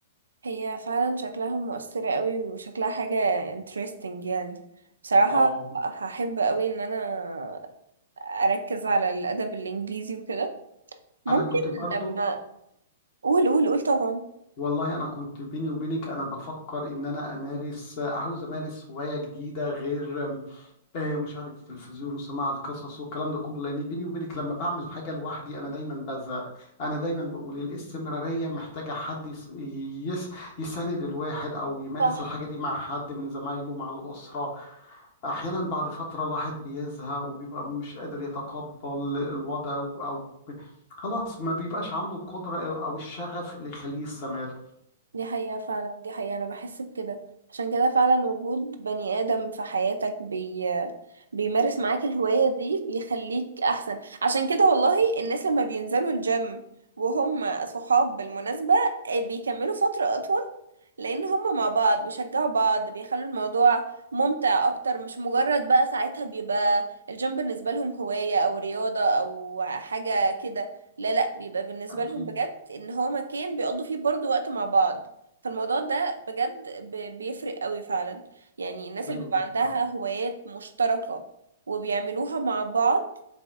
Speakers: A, on the right; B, on the left.
A: هي فعلا شكلها مؤثرة قوي وشكلها حاجة interesting يعني بصراحة
B: اه
A: هحب قوي إن أنا أركز على الأدب الإنجليزي وكده ممكن
B: أنا كنت برضو
A: لما قول قول قول طبعا
B: والله انا كنت بيني وبينك انا بفكر ان انا امارس عاوز امارس هوايه جديده غير آه، مشاهده التلفزيون وسماع القصص والكلام ده كله لان بيني وبينك لما بعمل حاجه لوحدي انا دايما بزهق انا دايما بقول الاستمراريه محتاجه حد يس يس- يساند الواحد او يمارس
A: صح
B: الحاجه دي مع حد من زمايله مع الاسره احيانا بعد فتره الواحد بيزهق وبيبقى مش قادر يتقبل الوضع او خلاص ما بيبقاش عنده القدره او أو الشغف اللي يخليه يستمر
A: دي حقيقة فعلا دي حقيقة أنا بحس بكده عشان كده فعلا وجود بني آدم في حياتك بي... بيمارس معاك الهواية دي بيخليك أحسن عشان كده والله الناس لما بينزلوا الجيم وهم صحاب بالمناسبة آه، بيكملوا فترة أطول لأن هم مع بعض بيشجعوا بعض بيخلوا الموضوع ممتع أكتر مش مجرد بقى ساعتها بيبقى الجيم بالنسبة لهم هواية أو رياضة أو حاجة كده لا لا بيبقى بالنسبة
B: أكيد
A: لهم بجد ان هو مكان بيقضوا فيه برضو وقت مع بعض فالموضوع ده بجد ب- بيفرق قوي فعلا يعني الناس
B: حلو
A: اللي بيبقى
B: جدا
A: عندها هوايات مشتركة وبيعملوها مع بعض